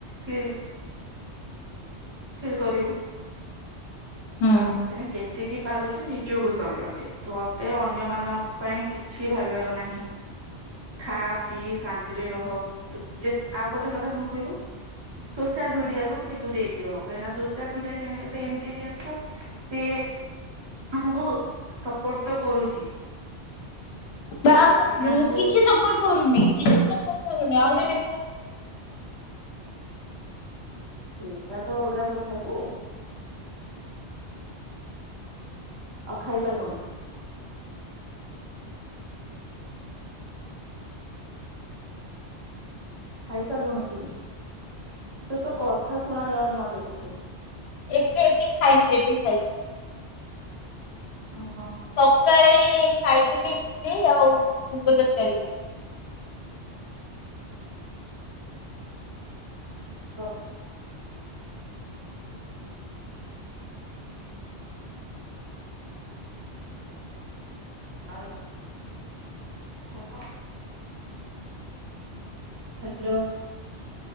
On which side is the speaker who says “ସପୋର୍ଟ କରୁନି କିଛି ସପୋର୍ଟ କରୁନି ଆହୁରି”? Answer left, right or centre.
Left